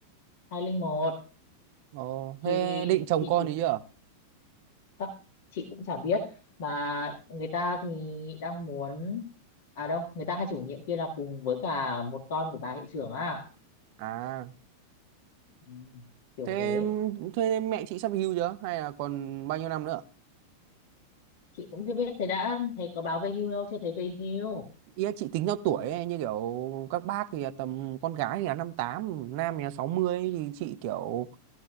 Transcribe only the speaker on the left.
201
thì
thì
chủ
chắc chị cũng chả biết mà người ta thì đang muốn à đâu người ta hai chủ nhiệm kia là cùng với cả một con của bà hiệu trưởng à
ừ, kiểu
thế
chị cũng chưa biết thế đã thấy có báo về hưu đâu chưa thấy về hưu